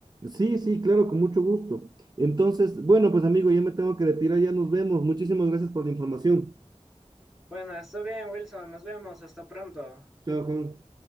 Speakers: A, on the right; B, in the centre.
A: Sí, sí, claro, con mucho gusto. Entonces, bueno, pues amigo, ya me tengo que retirar, ya nos vemos. Muchísimas gracias por la información.
B: Bueno, está bien, Wilson, nos vemos, hasta pronto.
A: Chao, Juan.